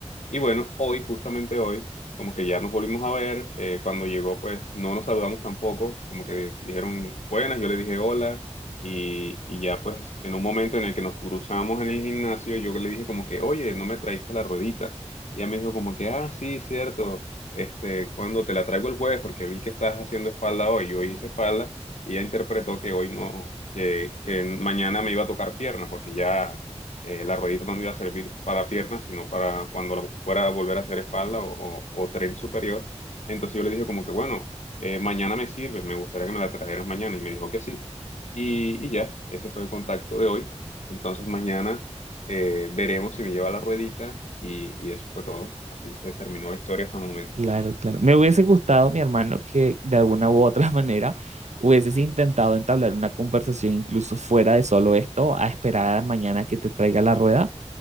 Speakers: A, on the left; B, on the right.
A: Y bueno, hoy, justamente hoy, como que ya nos volvimos a ver, eh, cuando llegó pues no nos saludamos tampoco, como que dijeron buenas, yo le dije hola y, y ya pues en un momento en el que nos cruzamos en el gimnasio, yo le dije como que, oye, no me traíste la ruedita. Y ella me dijo como que, ah, sí, cierto, este, cuando te la traigo el jueves porque vi que estás haciendo espalda hoy, yo hice espalda y ella interpretó que hoy no, que, que mañana me iba a tocar pierna porque ya eh, la ruedita no me iba a servir para piernas, sino para cuando la fuera a volver a hacer espalda o, o- o tren superior. Entonces yo le dije como que, bueno, eh, mañana me sirve, me gustaría que me la trajeras mañana. Y me dijo que sí. Y, y ya, ese fue el contacto de hoy. Entonces mañana eh, veremos si me lleva la ruedita y, y eso fue todo. Así se terminó la historia hasta el momento.
B: Claro, claro. Me hubiese gustado, mi hermano, que de alguna u otra <laughs> manera hubieses intentado entablar una conversación incluso fuera de solo esto, a esperar a mañana que te traiga la rueda